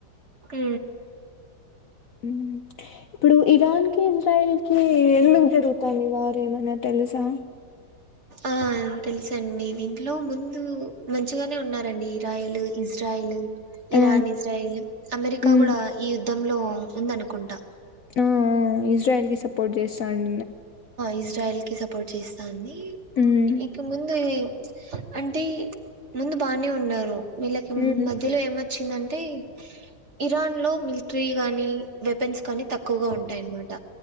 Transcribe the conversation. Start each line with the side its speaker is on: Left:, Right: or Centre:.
Right: మ్
Left: మ్ ఇప్పుడు ఇరాన్ కి ఇజ్రాయల్ కి ఎందుకు జరుగుతాంది వార్ ఏమన్నా తెలుసా
Right: ఆ తెలుసండి దీంట్లో ముందు మంచిగానే ఉన్నారండి ఇస్రాయేల్ ఇస్రాయేల్ ఇరాన్
Left: ఆ,
Right: ఇజ్రైల్ అమెరికా
Left: మ్మ్.
Right: కూడా ఈ యుద్ లో ఉందనుకుంటా
Left: ఆ ఇజ్రయల్ సొ సపోర్ట్ చేస్తాం
Right: ఇజ్రాయిల్కి స చేస్తాన్ని
Left: మ్మ్.
Right: ఇక ముందు అంటే ముందు బానే ఉన్నారు వీళ్ళకి
Left: మ్మ్.
Right: మధ్యలో ఏమొచ్చిందంటే ఇరాన్ లో మిలిటరీ గానీ వెపెన్స్ కానీ తక్కువగా ఉంటాయన్నమాట